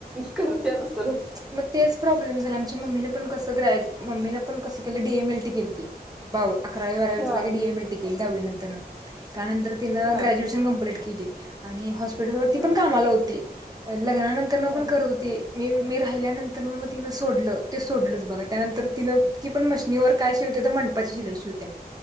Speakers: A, in the centre; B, on the right.
A: करत या दुसरंच
B: मग तेच प्रॉब्लेम झाला आमच्या मम्मीने पण कस ग्रॅ म्मीनें प कं केलं डीएम एल टी केलीती अकरा बारावी
A: हा
B: डीम एल तिकट द्यावी नर त्यानंतर तिनं
A: हा
B: ग्र्युएश के आणि हॉस्पिटल वरती
A: ह
B: पण कामाला होती लग्नानंतर
A: ह
B: पण करत होते मी मी राहिल्यानंतर मग मग तिनं सोडलं ते सोडलंच बघा त्यानंतर तिनं ती पण मशनीवर काय शिवत्या तर म्हणपाची शि नाही शिवत्या